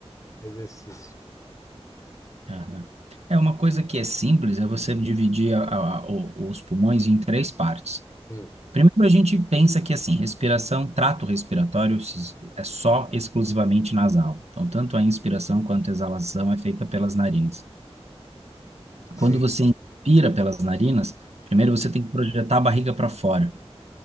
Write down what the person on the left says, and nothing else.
exercício.
Hum.
Sim.